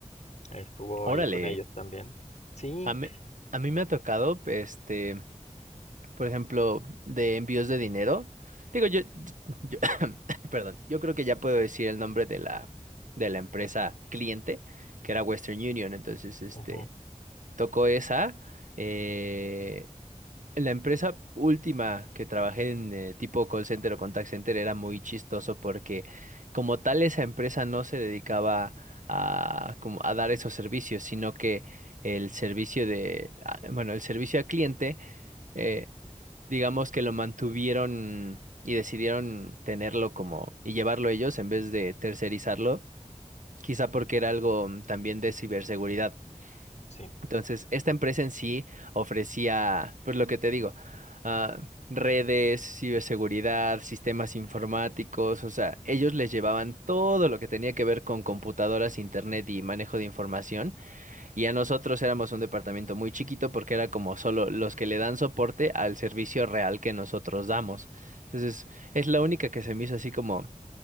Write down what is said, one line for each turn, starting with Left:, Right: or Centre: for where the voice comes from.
Left: Estuvo
Right: órale.
Left: ahí con ellos también. Sí,
Right: A mí, a mí me ha tocado, este. por ejemplo, de envíos de dinero. Digo, yo, yo- <coughs> <clears throat> perdón, yo creo que ya puedo decir el nombre de la, de la empresa cliente, que era Western Union. Entonces, este,
Left: ujú,
Right: tocó esa. eh, la empresa última que trabajé en eh, tipo call center o contact center era muy chistoso porque como tal esa empresa no se dedicaba a, como a dar esos servicios, sino que el servicio de, ah, bueno, el servicio al cliente eh, digamos que lo mantuvieron y decidieron tenerlo como y llevarlo ellos en vez de tercerizarlo, quizá porque era algo mm, también de ciberseguridad.
Left: sí,
Right: Entonces, esta empresa en sí ofrecía, pues lo que te digo, ah, redes, ciberseguridad, sistemas informáticos, o sea, ellos les llevaban todo lo que tenía que ver con computadoras, internet y manejo de información. Y a nosotros éramos un departamento muy chiquito porque era como solo los que le dan soporte al servicio real que nosotros damos. Entonces, es la única que se me hizo así como